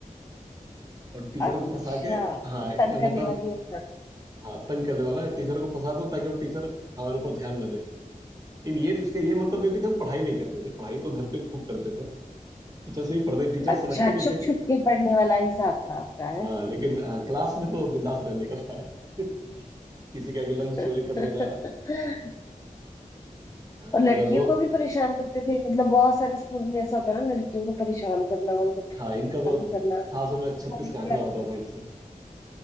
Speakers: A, on the right; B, on the left.
A: और टीचर
B: अच्छा
A: को फंसा के हाँ
B: तो
A: ये
B: तंग
A: मतलब
B: करने वाले हैं
A: हाँ तंग करने वाला है टीचर को फंसा दो ताकि वो टीचर हमारे ऊपर ध्यान न दे लेकिन ये इसका ये मतलब नहीं था कि हम पढ़ाई नहीं करते थे पढ़ाई तो घर पे खूब करते थे टीचर से भी पढ़ते टीचर
B: अच्छा
A: समझते भी
B: छुप
A: थे
B: छुप
A: कि
B: के पढ़ने वाला हिसाब था आपका है
A: हाँ लेकिन हाँ, क्लास में तो बिंदास रहने का था <laughs> किसी का भी लंच
B: <laughs>
A: चोरी कर लेना हाँ,
B: और
A: मेरा
B: लड़कियों
A: दो
B: को भी परेशान करते थे मतलब बहुत सारे स्कूल में ऐसा होता है ना लड़कियों को परेशान करना उनको तंग
A: हाँ इनका तो
B: करना हमारे
A: खास में छत्तीस का
B: क्या
A: आंकड़ा होता था इनसे